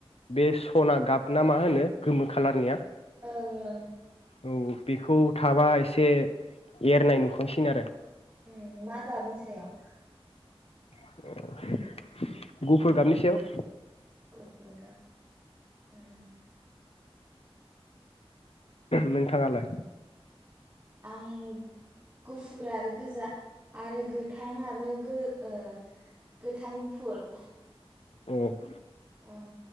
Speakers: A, on the left; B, on the right.
A: बे स'ना गाब ना मा होनो गोमो खालारनिया
B: ओं ओं
A: औ बेखौ थाबा एसे एरनाय नुखांसिनो आरो
B: ओं मा गाबनि सायाव
A: <inaudible> गुफुर गाबनि सयाव
B: गुफुर गाब उम
A: नोंथाङालाय?
B: आं गुफुर आरो गोजा आरो गोथां आरो गो-ओ गोथां गुफुर
A: अह
B: ओं